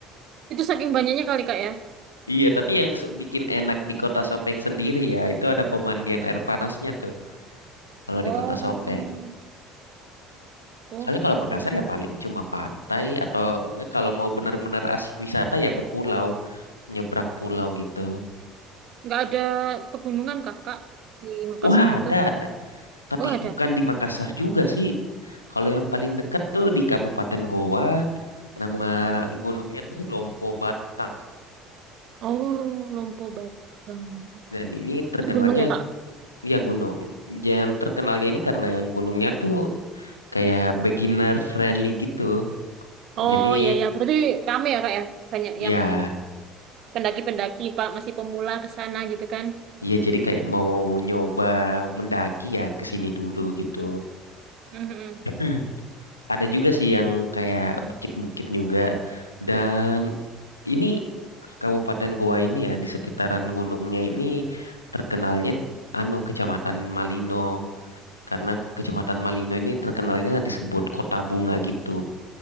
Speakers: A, on the right; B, on the left.
A: Itu saking banyaknya kali kak ya?
B: Iya, tapi yang se- bikin enak di Kota Sopeng sendiri ya, itu ada pemandian air panasnya tuh. Kalau
A: Oh,
B: di Kota Sopeng.
A: oh
B: Soalnya
A: gitu.
B: kalau Makassar ya paling cuma pantai atau enggak kalau mau benar-benar asik wisata ya ke pulau, nyebrang pulau gitu.
A: Nggak ada pegunungan kah kak di Makassar
B: Wah,
A: itu?
B: ada ada. Tapi
A: Oh ada.
B: bukan di Makassar juga sih. Kalau yang paling dekat tuh di Kabupaten Goa, nama gunungnya tuh Lompo Batang.
A: Oh, Lompo Batang.
B: Dan ini terkenalnya
A: Itu gunung ya kak?
B: ya gunung. Yang terkenalnya ini karena gunungnya tuh kayak beginner friendly gitu.
A: Oh
B: Jadi
A: iya ya, berarti rame ya kak ya? Banyak
B: ya
A: yang pendaki-pendaki pak masih pemula ke sana gitu kan?
B: Iya, jadi kayak mau nyoba mendaki ya ke sini dulu gitu.
A: Mhm.
B: Mm. Ada juga sih yang kayak bukit-bukit juga. Dan ini Kabupaten Goa ini ya di sekitaran gunungnya ini terkenalnya anu Kecamatan Malino karena Kecamatan Malino ini terkenalnya disebut kota bunga gitu.